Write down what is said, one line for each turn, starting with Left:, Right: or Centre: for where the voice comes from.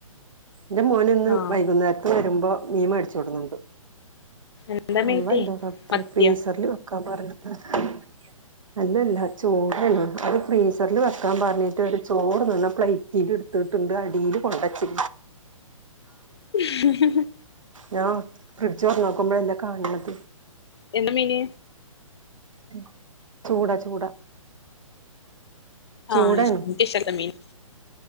Right: ന്റെ മോന്ന്ന്
Left: ആഹ്
Right: വൈകുന്നേര പ്പ വരുമ്പോ മീമേടിച്ചു കൊടുന്നുണ്ട്
Left: എന്താ മീൻ
Right: അള്ളന്റെ
Left: കിട്ടി?
Right: റബ്ബേ
Left: മത്തിയോ
Right: ഫ്രീസറിൽ വെക് കബർല് <unintelligible> അല്ലല്ല ചോറ്‌നു അ ഫ്രീസർല് വെക്കാ പർഞ്ഞിട്ടൊരു ചോറ് തിന്നെ പ്ലൈറ്റിലിട്ത്തിട്ട്ണ്ട് അടീല് കൊണ്ടച്ച്
Left: <inaudible>
Right: ഞാ ഫ്രിഡ്ജ് തൊർന്നൊക്കുമ്പോഴല്ലെ കാൺണത്.
Left: എന്ത് മീന്.
Right: ഉം ചൂട ചൂട ചൂടെണ്
Left: ആഹ് എനിക്കിഷ്ടല്ല മീൻ